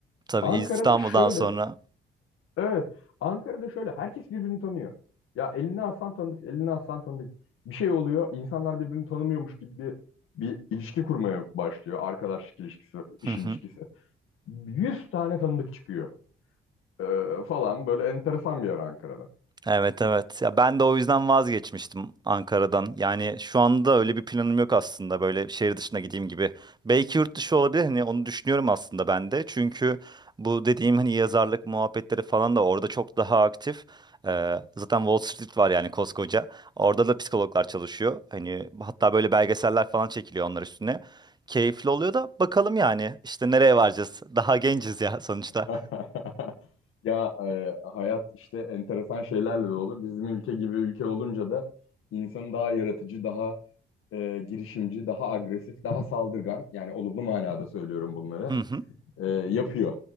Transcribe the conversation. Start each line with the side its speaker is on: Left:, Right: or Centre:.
Right: Tabii
Left: Ankara'da
Right: İstanbul'dan
Left: şöyle,
Right: sonra.
Left: evet, Ankara'da şöyle herkes birbirini tanıyor. Ya elini alsan tanıdık, elini alsan tanıdık. Bir şey oluyor, insanlar birbirini tanımıyormuş gibi bir ilişki kurmaya başlıyor. Arkadaşlık ilişkisi,
Right: Hı
Left: iş
Right: hı.
Left: ilişkisi. 100 tane tanıdık çıkıyor e, falan böyle enteresan bir yer Ankara'da.
Right: Evet evet. Ya ben de o yüzden vazgeçmiştim Ankara'dan. Yani şu anda öyle bir planım yok aslında. Böyle şehir dışına gideyim gibi. Belki yurt dışı olabilir. Hani onu düşünüyorum aslında ben de. Çünkü bu dediğim hani yazarlık muhabbetleri falan da orada çok daha aktif. Ee, zaten Wall Street var yani koskoca. Orada da psikologlar çalışıyor. Hani hatta böyle belgeseller falan çekiliyor onlar üstüne. Keyifli oluyor da bakalım yani işte nereye varacağız? Daha genciz ya sonuçta.
Left: <laughs> Ya e, hayat işte enteresan şeylerle dolu. Bizim ülke gibi ülke olunca da insanı daha yaratıcı, daha e, girişimci, daha agresif, daha saldırgan yani olumlu manada söylüyorum bunları
Right: <laughs>
Left: e, yapıyor